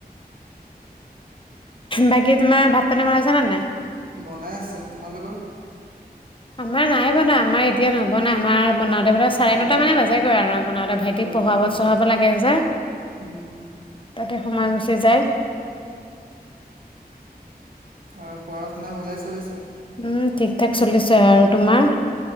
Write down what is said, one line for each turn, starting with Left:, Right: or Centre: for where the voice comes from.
Left: বাকী তোমাৰ ভাত পানী বনাইছা নে নাই?
Right: বনাই আছে তোমালোকৰ
Left: আমাৰ নাই বনা আমাৰ এতিয়া নবনাই আমাৰ বনাওঁতে বনা চাৰে
Right: অঁ
Left: নটা মানে বাজেগৈ আৰু বনাওঁতে ভাইটি
Right: অঁ
Left: পঢ়াব চঢ়াব লাগে যে
Right: উম,
Left: তাতে- সময় গুচি যায়।
Right: আৰু পঢ়া শুনা ভালে চলিছে।
Left: উম ঠিক ঠাক চলিছে আৰু, তোমাৰ?